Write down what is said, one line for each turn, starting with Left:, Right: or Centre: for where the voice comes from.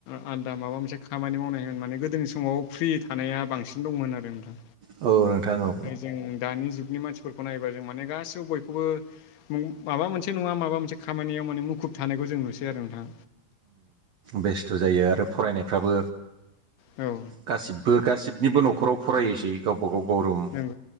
Left: आलदा माबा मोनसे खामानि मावनाय होन माने गोदोनि समाव फ्रि थानाया बांसिन दंमोन आरो नोंथां
Right: औ नोंथां औ
Left: फ्राय जों दानि जुग नि मानसिफोरखौ नायबा जों माने गासिबो बयखौबो माबा मोनसे नङा माबा मोनसे खामानियाव माने मुखुब थानायखौ जों नुसै आरो नोंथां
Right: बेस्थ' जायो आरो फरायनायफ्राबो
Left: औ
Right: गासिबो गासिबनिबो न'खराव फरायायोसै गावबा गाव गरम
Left: नंगौ